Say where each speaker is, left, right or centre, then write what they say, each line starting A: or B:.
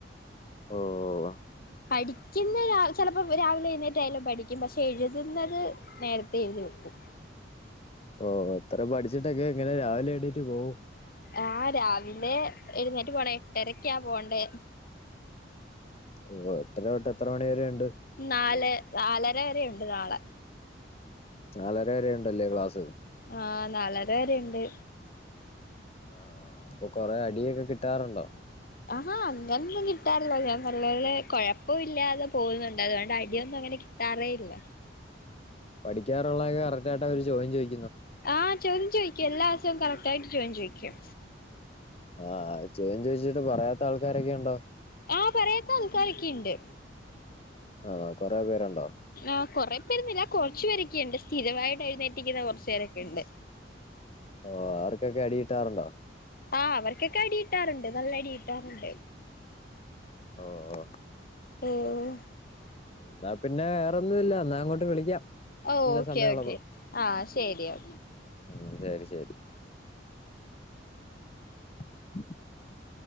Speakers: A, on the left (about 35°); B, on the left (about 50°).
A: ഓഓ..
B: പഠിക്കുന്ന ചിലപ്പോ രാവിലെ എഴുന്നേറ്റയാലും പഠിക്കും പക്ഷെ എഴുതുന്നത് നേരത്തെ നേരെത്തെ എഴുതി വെക്കും
A: ഓ എത്ര പഠിച്ചിട്ടൊക്കെ ഇങ്ങനെ രാവിലെ എണീട്ട് പോകും
B: ആഹ് രാവിലെ എഴുന്നേറ്റ് പോണ എട്ടരക്കാ പോവണ്ടേ
A: ഉവ്വ് എട്ടര തൊട്ട് എത്രെ മണി വരെ ഉണ്ട്?
B: നാല് നാലര വരെ ഉണ്ട് നാളെ
A: നാലര വരെ ഉണ്ടല്ലേ ക്ലാസ്സ്‌?
B: ആഹ് നാലര വരെ ഉണ്ട്.
A: ആഹ് അപ്പൊ കൊറെ അടിയൊക്കെ കിട്ടാറുണ്ടോ?
B: ആഹാ അങ്ങനുന്നും കിട്ടാറില്ല ഞാൻ നല്ലപോലെ കുഴപ്പ ഇല്ലാതെ പോകുന്നുണ്ട് അതുകൊണ്ടായി അടിയൊന്നും അങ്ങനെ കിട്ടാറേയില്ല.
A: പഠിക്കാനുള്ളോക്കെ കറക്റ്റായിട്ട് അവർ ചോദ്യം ചോയി
B: ആഹ് ചോദ്യം ചോയിക്കും എല്ലാസവും കറക്റ്റായിട്ട് ചോദ്യം ചോയിക്കും.
A: ആഹ് ചോദ്യം ചോയിച്ചിട്ട് പറയാത്ത ആൾക്കാരൊക്കെ ഉണ്ടോ?
B: ആഹ് പറയത്ത ആൾക്കാരോക്കിണ്ട്.
A: ആഹ് കൊറെ പേരുണ്ടോ?
B: ആഹ് കൊറെ പേരോന്നുല്ല കുറച്ചു പേരൊക്കെണ്ട് സ്ഥിരമായിട്ട് എഴുന്നേപ്പിക്കുന്ന കുറച്ചു പേരൊക്കിണ്ട്.
A: ഓ ആവർക്കൊക്കെ അടിയിട്ടാറുണ്ടോ?
B: ആഹ് അവർക്കൊക്കെ അടിയിട്ടാറുണ്ട് നല്ലടിയിട്ടാറുണ്ട്.
A: ഓ ഓ.
B: ഏഹ്.
A: എന്നാ പിന്നെ വേറൊന്നും ഇല്ലാ എന്നാ അങ്ങോട്ട് വിളിക്കാം.
B: ഓ
A: പിന്നെ
B: ഓക്കെ
A: സമയമുള്ളപ്പോ
B: ഓക്കെ ആഹ് ശരി ഓ
A: ഉം ശരി ശരി. <unintelligible>